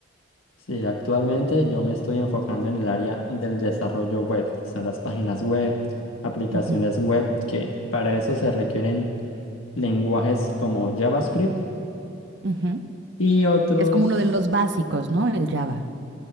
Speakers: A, on the left (about 85°); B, on the right (about 60°).
A: Sí, actualmente yo me estoy enfocando en el área del desarrollo web, o sea, las páginas web, aplicaciones
B: Ujú,
A: web, que para eso se requieren lenguajes como JavaScript
B: ujú.
A: y otros
B: Es como uno de los básicos, ¿no? El Java.